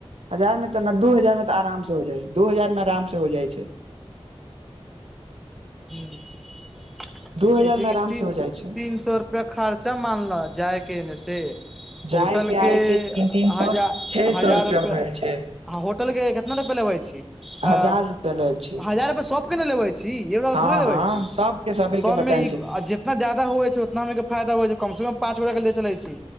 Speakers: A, on the right; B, in the centre.
A: हजार मे तऽ न दू हजार में तऽ आराम से हो जाइ दू हजार में आराम से हो जाइ छै
B: हुं
A: दू हजार
B: ऐसे
A: मे
B: कि
A: आराम
B: तीन
A: से हो जाइ छै
B: तीन सौ रुपआ खर्चा मान'ल जायके इने से होटल
A: जाय
B: के
A: आय तीन तीन सौ
B: हजा
A: छे
B: हजार
A: सौ रुपआ
B: रुपैआ
A: भेल छै
B: अ होटल के कितना रुपैया लेबै छी
A: हजार
B: अआ
A: रुपआ लेल छी
B: हजार रुपै सब के ने लेबै छी
A: हँ
B: सु देबै
A: हँ
B: छी
A: सबके सबे
B: सब
A: के बताय
B: में ई
A: छी
B: जेतना जादा होइ छै उतना में के फायदा होइ छै कमसँ कम पाँच गोटाके ले चलै छी